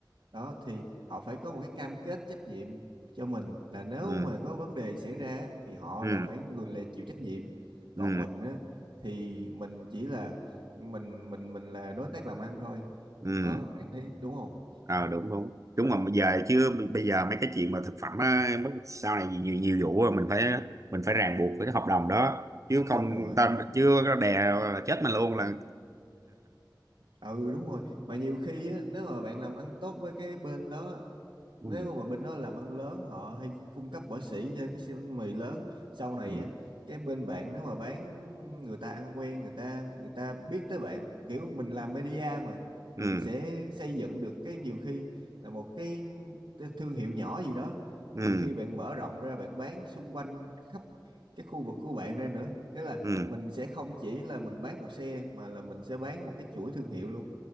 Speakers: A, on the right; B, on the right.
A: đó thì họ phải có một cái cam kết trách nhiệm cho mình là nếu
B: ừ
A: mà có vấn đề xảy ra thì họ
B: ừ
A: là phải người là chịu trách nhiệm
B: ừ
A: còn mình á, thì mình chỉ là mình mình mình là đối tác làm ăn thôi
B: ừ
A: đó bạn thấy đúng không
B: ờ đúng đúng đúng mà bây giờ chứ bây giờ mấy cái chuyện mà thực phẩm á, mất- sau này nhiều nhiều vụ rồi mình phải mình phải ràng buộc với cái hợp đồng đó chứ không
A: đúng rồi
B: ta chưa có đè là chết mình luôn
A: ừ,
B: là
A: ừ đúng rồi mà nhiều khi á, nếu mà bạn làm ăn tốt với cái bên đó nếu
B: ừ
A: mà bên đó làm ăn lớn họ hay cung cấp bỏ sỉ cho cái siêu bánh mì lớn sau này
B: ừ
A: á cái bên bạn nếu mà bán người ta ăn quen người ta người ta biết tới bạn kiểu mình làm media mà
B: ừ
A: mình sẽ xây dựng được cái nhiều khi là một cái thương hiệu nhỏ gì đó
B: ừ
A: nhiều khi bạn mở rộng ra bạn bán xung quanh khắp cái khu vực của bạn ra nữa nghĩa là
B: ừ
A: mình sẽ không chỉ là mình bán một xe mà là mình sẽ bán một cái chuỗi thương hiệu luôn